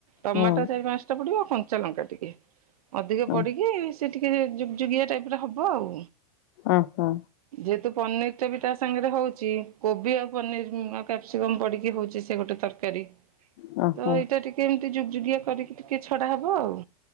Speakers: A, on the right; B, on the left.
A: ଟମାଟୋ
B: ହୁଁ
A: ଚାରି ପାଞ୍ଚଟା ପଡିବ ଆଉ କଞ୍ଚା ଲଙ୍କା ଟିକେ ଅଧିକ
B: ହୁଁ
A: ପଡିକି ସେ ଟିକେ ଯୁଗିଆ ଟାଇପରେ ହବ ଆଉ।
B: ଓହୋ!
A: ଯେହେତୁ ପନିର ଟା ବି ତା ସାଙ୍ଗରେ ହଉଛି କୋବି ଆଉ ପନିର। କ୍ୟାପ୍ସିକମ ପଡିକି ହଉଛି ସେ ଗୋଟେ ତରକାରୀ। ତ
B: ହୁଁ ହୁଁ।
A: ଏଇଟା ଟିକେ ଏମିତି ଯୁଗୁଗଆ କରିକି। ଟିକେ ଛଡା ହେବ ଆଉ।